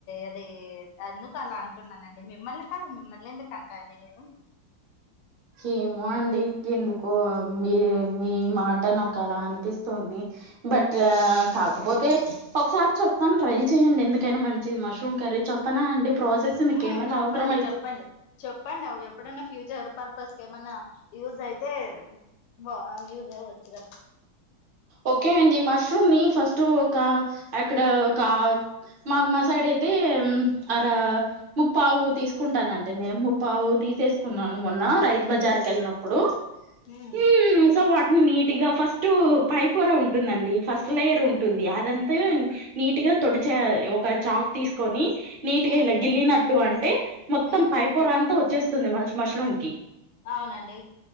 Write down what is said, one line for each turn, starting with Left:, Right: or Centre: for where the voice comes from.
Left: అదీ అందుకు అలా అంటున్నానండి మిమ్మల్ని కాదు మిమ్మల్నెన్దుకంట అండి నేను
Right: ఏమో అండి ఎందుకో మీ మీ మాట నాకు అలా అనిపిస్తోంది. బట్ కాకపోతే ఒకసారి చెప్తాను ట్రై చెయ్యడి ఎందుకైనా మంచిది మష్రూమ్ కర్రీ చెప్పనా అండి. ప్రాసెస్ మీకేమైనా
Left: హ్మ్ చెప్పండి
Right: అవసరం అయితే
Left: చెప్పండి చెప్పండి అవి ఎప్పుడైన్నా ఫ్యూచర్ పర్పస్ కెమన్నా యూజ్ అయితే భా యూజ్ అవ్వచ్చు కదా.
Right: ఓకే అండి మష్రూమ్ ని ఫస్టూ ఒక ఎక్కడ ఒక మా మా సైడ్ అయితే అర ముప్పావు తీసుకుంటానండి నేను ముప్పావు తీసేస్ కున్నాను మొన్న రైతు బజార్ కెళ్ళినప్పుడు
Left: ఉమ్
Right: హ్మ్ నీటిగా ఫస్ట్ పైప్ పోర ఉంటుందండి ఫస్ట్ లేయర్ ఉంటుంది అదంతా నీట్ గా తొడిచేయా ఒక చాక్ తీస్కొని. నీట్గా
Left: ఉమ్
Right: ఇల గిల్లీ నట్ టు అంటే మొత్తం
Left: ఉమ్
Right: పైపోర అంత వచ్ చ్చేస్తుంది మష్ మష్రూమ్ కి
Left: అవునండి